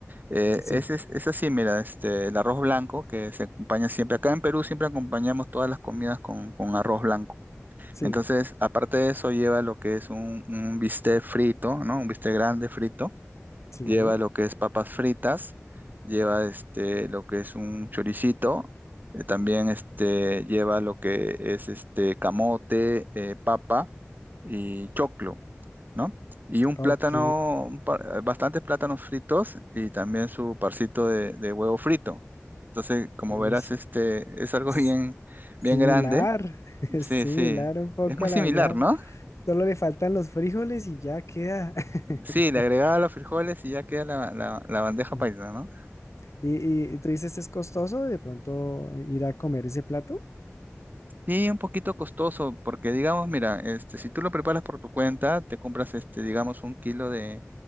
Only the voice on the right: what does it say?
Eh,
ese es, es así, mira, este, el arroz blanco que se acompaña siempre. Acá en Perú siempre acompañamos todas las comidas con, con arroz blanco.
Entonces, aparte de eso, lleva lo que es un, un bistec frito, ¿no? Un bistec grande frito
lleva lo que es papas fritas, lleva este lo que es un choricito, eh, también este lleva lo que es este camote, eh, papa y choclo, ¿no? Y un plátano,
un par- bastantes plátanos fritos y también su parcito de, de huevo frito. Entonces, como
verás, este es algo
<laughs> bien,
bien grande.
Sí,
sí.
Es muy
similar,
¿no?
Sí, le agregaba los frijoles y ya queda la, la, la bandeja
paisa, ¿no?
Sí, un poquito costoso, porque digamos, mira, este, si tú lo preparas por tu cuenta, te compras, este, digamos, un kilo de,